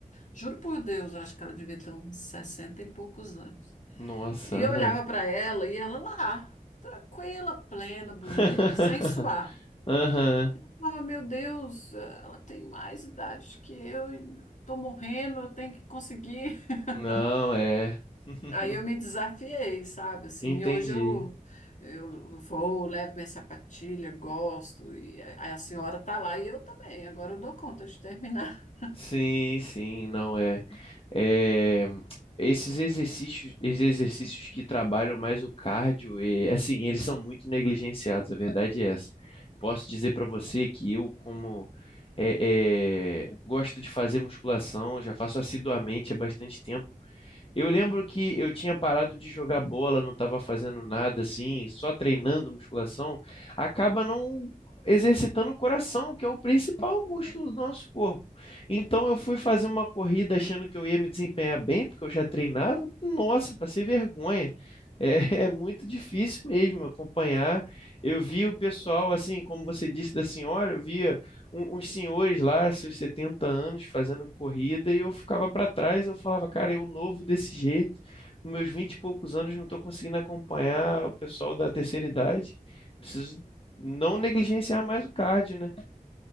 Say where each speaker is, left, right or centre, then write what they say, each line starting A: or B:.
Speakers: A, on the left; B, on the left.
A: juro por Deus, eu acho que ela devia ter uns 60 e poucos anos.
B: Nossa,
A: E
B: aham.
A: eu olhava para ela e ela lá, tranquila, plena, bonita,
B: <laughs>
A: sem suar.
B: Aham.
A: Eu falava, meu Deus, ela tem mais idade que eu, e tô morrendo, eu tenho que conseguir. <laughs>
B: Não é. <laughs>
A: Aí eu me desafiei, sabe? Assim,
B: Entendi.
A: e hoje eu, eu vou, levo minha sapatilha, gosto, e a a senhora tá lá e eu também. Agora eu dou conta de terminar. <laughs>
B: Sim, sim, não é. É, esses exercícios, esses exercícios que trabalham mais o cardio, e, assim, eles são muito negligenciados, a verdade é essa. Posso dizer para você que eu, como é, é, gosto de fazer musculação, já faço assiduamente há bastante tempo, eu lembro que eu tinha parado de jogar bola, não estava fazendo nada assim, só treinando musculação, acaba não exercitando o coração, que é o principal músculo do nosso corpo. Então eu fui fazer uma corrida achando que eu ia me desempenhar bem, porque eu já treinava. Nossa, passei vergonha. É, <laughs> é muito difícil mesmo acompanhar. Eu vi o pessoal, assim, como você disse da senhora, eu via um- uns senhores lá, seus 70 anos, fazendo corrida, e eu ficava para trás, eu falava, cara, eu novo desse jeito, com meus 20 e poucos anos, não estou conseguindo acompanhar o pessoal da terceira idade. Preciso não negligenciar mais o cardio, né?